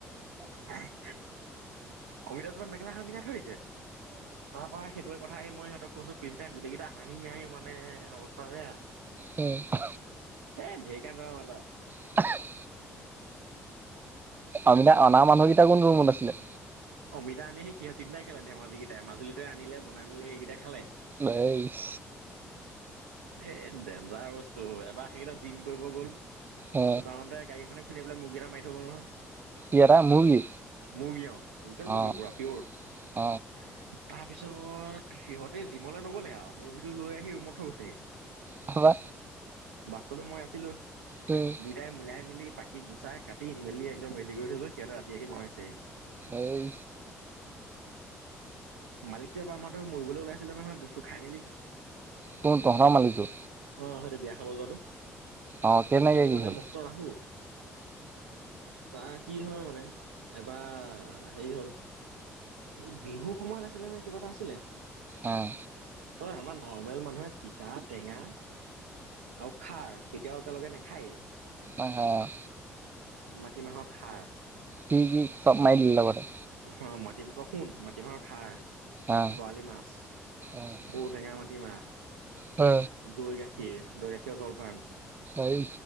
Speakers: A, on the right (about 90°); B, on the right (about 30°).
A: হা হি। অমিতা জোপাত মেখেলাখন পিন্ধাই থৈ আহিছে। তাৰ পৰা সেইটোয়ে কথা আহি মই সিহঁতক কৈছোঁ পিছদিনা গোটেইকেইটা হাঁহি হাঁহি মানে অৱস্থা বেয়া।
B: উম।
A: এ, ঢেৰকানেও এটা।
B: <inaudible> অমিতা অনা মানুহ কেইটা কোনটো ৰুমত আছিলে।
A: অমিতা আনি সেই সিহঁত তিনটাই খেলে, ধেমাজি কেইটাই মাজুলীটে আনিলে বনাই মেলি সেইকেইটাই খালে।
B: বাইচ।
A: এ, ডেঞ্জাৰ বস্তু এবাৰ সেইকেইটা জিম কৰিব গ'ল।
B: অ
A: যাওতে গাড়ী এখনে খুলিয়াই পেণে মুৰ্গী এটা মাৰি থৈ গ'ল নহয়।
B: ই এটা মুৰ্গী।
A: মুৰ্গী অ', লোকেল মুৰ্গী
B: অ
A: পুৰা পিয়ৰ।
B: অ
A: তাৰপিছত সিহঁতে জিমলৈ নগ'লে আৰু। মুৰ্গীটো লৈ আহি ৰুমত থৈ গৈছেহি।
B: তাৰপা
A: বাস্তৱে মই আছিলোঁ।
B: উম।
A: দুইটাই মিলাই-মেলি, পাখি গুচাই, কাটি-মেলি একদম ৰেডি কৰি থৈ গৈ, সিহঁতে ৰাতি আহি বনাইছেহি।
B: এই।
A: মালিকটো এবাৰ আমাৰ‌ তাত মৰিবলৈ ওলাইছিলে নহয়, বস্তু খাই মেলি।
B: কোন, তহঁতৰ মালিকটো?
A: অহ সেইটো, বিয়া খাব যোৱাটো।
B: অ কেনেকে
A: সেইটো
B: কি
A: মানে
B: হ'ল
A: মস্ত ৰাহু। তাৰ কি হয় মানে- বা হেৰি হ'ল, এই বিহু সময়ত আছিলে নে, কিবা এটা আছিলে।
B: অহ।
A: তই আমাৰ নৰ্মেল মানুহে তিতা, টেঙা- আৰু খাৰ, কেতিয়াও একেলগে নেখায়ে।
B: অ', হ'।
A: মাটিমাহৰ খাৰ।
B: কি কি চব মাৰি দিল লগতে।
A: অহ, মাটিমাটো শুণ। মাটিমাহৰ খাৰ।
B: অ
A: বোৱালী মাছ,
B: অ
A: ঔটেঙা, মাটিমাহ।
B: অ।
A: দৈ-গাখীৰ। দৈ-গাখীৰৰ জলপান।
B: এই